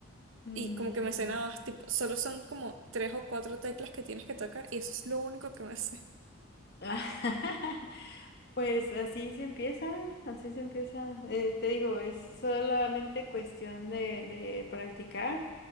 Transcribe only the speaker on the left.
Mm,
<laughs> Pues así se empieza, así se empieza. Eh, te digo, es solamente cuestión de, de practicar.